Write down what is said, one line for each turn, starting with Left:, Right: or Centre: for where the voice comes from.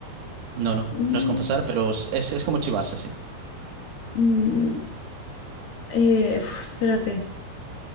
Right: no, no,
Left: mm,
Right: no es confesar, pero es, es como chivarse, sí.
Left: mm, eh, uf, espérate.